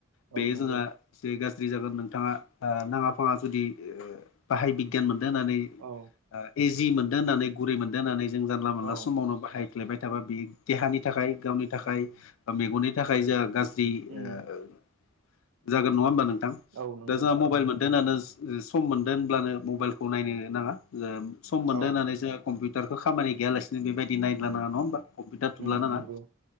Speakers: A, on the left; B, on the right.
A: बेयो
B: औ नंगौ
A: जोंहा जै गाज्रि जागोन नोंथाङा नाङा फाङा जुदि बाहाय बि गियान मोनदों होनानै
B: औ
A: ओ एजि मोनदों होननानै गुरै मोनदों होननानै जों जानला मोनानला
B: औ
A: समावनो बाहाय फ्लेबाय थाबा बे देहानि थाखाय गावनि थाखाय ओ मेगननि थाखाय जोहा गाज्रि जि
B: उम
A: ओ ओ जागोन नङा होमबा नोंथां।
B: औ नंगौ
A: दा जोंहा मबाइल मोनदों होनानो ओ सम मोनदों होनब्लानो मबाइलखौ नायनो नाङा। ओ सम मोनदों
B: अ
A: होननानैसो कम्पिउटारखौ खामानि गैयालासिनो बेबायदिनायला
B: उम
A: नाङा नङा होमबा कम्पिउटार थुला
B: उम
A: नाङा।
B: नंगौ